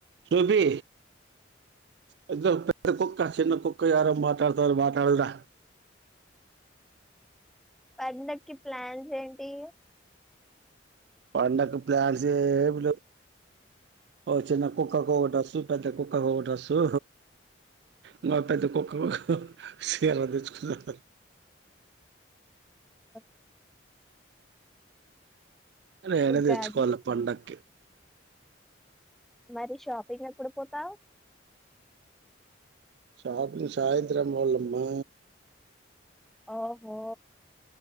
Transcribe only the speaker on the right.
రూబి పెద్ద కుక్క చిన్న కుక్క యారు మాట్లాడతారు మాటాడు ర
పండకు ప్లాన్స్ ఏం లెవ్ ఓ చిన్న కుక్క కోటస్తు పెద్ద కు క్కకొ డ్రస్సు ఇంకా పెద్ద కుక్కకొక సీర తెచ్చుకు
నేనే
తెచ్చుకోవాలి పండక్కి
షాపింగ్ సాయంత్రం బోల్లమ్మా